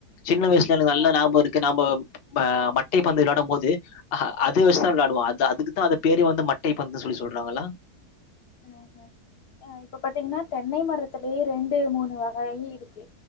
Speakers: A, on the left (about 50°); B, on the left (about 75°).
A: சின்ன வயசுல எனக்கு நல்லா
B: ஆஹா
A: ஞாபக இருக்கு நாம்ப இப்ப மட்டை பந்து விளையாடு போது அ அது வச்சுதா விளையாடுவோ அது அதுக்குதா அந்த பேரே வந்து மட்டை பந்து சொல்லி சொல்றாங்களா
B: ம் ஹூ ஆ இப்ப பாத்தீங்கன்னா தென்னை மரத்திலயே ரெண்டு மூணு வகயி இருக்கு